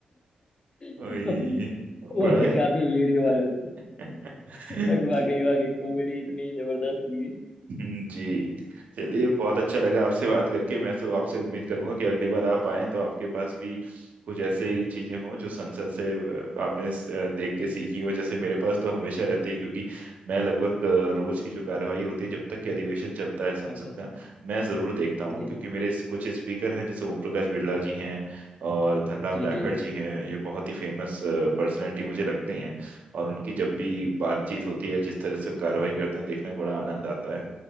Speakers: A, on the right; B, on the left.
A: वही
B: <laughs> तो
A: बड़ा
B: वो भी
A: ही
B: काफी वीडियो वायरल हुई
A: <laughs>
B: लग वाकई
A: जी
B: वाकई कॉमेडी इतनी जबरदस्त उनकी
A: <laughs> हम्म, जी चलिए बहुत अच्छा लगा आपसे बात करके मैं तो आपसे उम्मीद करूंगा कि अगली बार आप आएं तो आपके पास भी कुछ ऐसे ही चीजें हों जो संसद से अ, आपने स- अ, देख के सीखी हो जैसे मेरे पास तो हमेशा रहती है क्योंकि मैं लगभग अ, रोज की जो कार्यवाही होती है जब तक कि अधिवेशन चलता है संसद
B: अच्छा अच्छा
A: का मैं जरूर देखता
B: जी
A: हूँ क्योंकि मेरे इस- कुछ स्पीकर हैं जैसे ओम प्रकाश बिरला जी हैं और धनराम
B: जी
A: जाखड़
B: जी
A: जी हैं ये बहुत ही फेमस पर्सनैलिटी मुझे लगती हैं और उनकी जब भी बातचीत होती है जिस तरह से वो कार्रवाई करते हैं देखने में बड़ा आनंद आता है